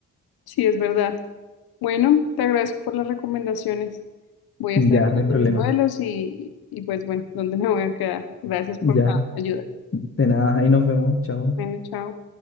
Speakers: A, on the left (about 80°); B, on the left (about 35°).
A: Sí, es verdad. Bueno, te agradezco por las recomendaciones. Voy
B: Ya,
A: a estar mirando
B: no hay problema.
A: mis vuelos y, y pues bueno, ¿dónde me voy a quedar? Gracias por
B: Ya,
A: la ayuda.
B: de nada, ahí nos vemos, chao.
A: Bueno, chao.